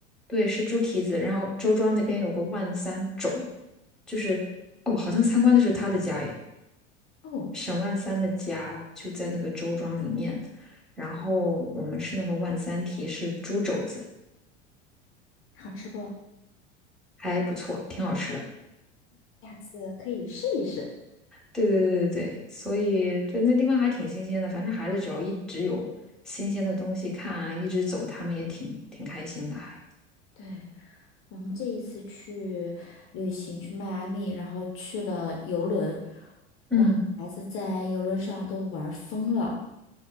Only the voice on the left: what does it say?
哦。
好吃不？
下次可以试一试。
对，我们这一次去旅行去迈阿密，然后去了游轮，
然后孩子在游轮上都玩疯了。